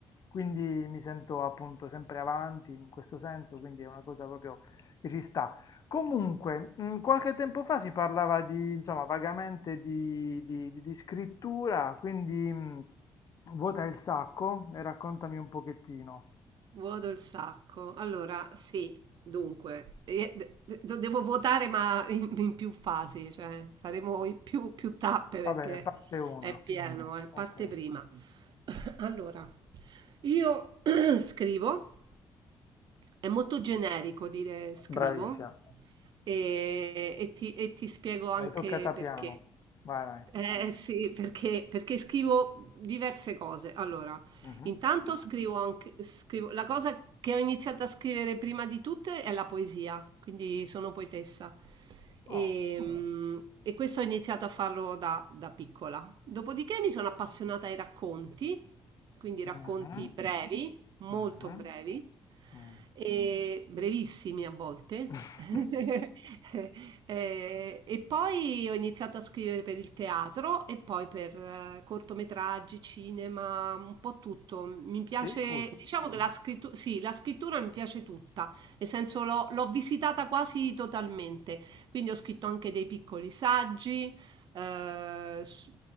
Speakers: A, on the left (about 45°); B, on the right (about 60°).
A: quindi mi sento appunto sempre avanti in questo senso, quindi è una cosa proprio che ci sta. Comunque, mh, qualche tempo fa si parlava di, insomma, vagamente di, di- di- di scrittura, quindi mh, vuota il sacco e raccontami un pochettino.
B: Voto il sacco. Allora, sì, dunque, eh, de- de- de- devo votare ma in, in più fasi, cioè faremo i più, più tappe perché
A: Va bene, parte una.
B: è pieno, è parte
A: Ok,
B: prima. <coughs> Allora, io <clears throat> scrivo, è molto generico dire scrivo,
A: bravissima.
B: e, e ti, e ti spiego anche
A: L'hai toccata
B: perché.
A: piano. Vai, vai.
B: Eh sì, perché, perché scrivo diverse cose. Allora,
A: Mhm.
B: intanto scrivo anche, scrivo, la cosa che ho iniziato a scrivere prima di tutte è la poesia, quindi sono poetessa. E,
A: Oh.
B: mm, e questo ho iniziato a farlo da, da piccola. Dopodiché mi sono appassionata ai racconti, quindi racconti
A: Mhm,
B: brevi, molto
A: mhm,
B: brevi
A: mm.
B: e brevissimi a volte.
A: <laughs>
B: <laughs> Eh, E poi ho iniziato a scrivere per il teatro e poi per eh, cortometraggi, cinema, un po' tutto. Mi piace,
A: Ficus.
B: diciamo che la scrittura, sì, la scrittura mi piace tutta, nel senso l'ho l'ho visitata quasi totalmente. Quindi ho scritto anche dei piccoli saggi, eh, s-